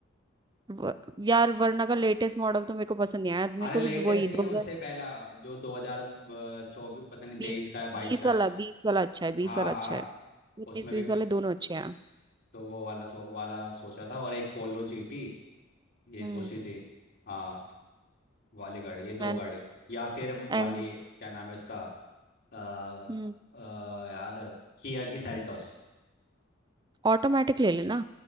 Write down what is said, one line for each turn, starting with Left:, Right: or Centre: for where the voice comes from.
Right: व, यार वरना का लेटेस्ट मॉडल तो मेरे को पसंद नहीं आया मेरे
Left: अरे
Right: को
Left: लेटेस्ट
Right: तो वही
Left: नहीं
Right: दो
Left: उससे
Right: हजार
Left: पहला जो 2024 पता नहीं तेईस
Right: बीस
Left: का है बाईस
Right: बीस
Left: का
Right: वाला
Left: है
Right: बीस वाला अच्छा है
Left: हाँ
Right: बीस वाला
Left: हाँ
Right: अच्छा है उन्नीस
Left: उसमें
Right: बीस
Left: भी
Right: वाले दोनों अच्छे हैं
Left: तो वो वाला सो, वाला सोचा था और एक पोलो जीटी ये
Right: हम्म
Left: सोची थी हाँ वाली गाड़ी ये दो
Right: मैंने
Left: गाड़ी या फिर वाली
Right: एम
Left: क्या नाम है उसका आ, आ,
Right: हम्म
Left: यार किया की सेल्टोस
Right: ऑटोमेटिक ले लेना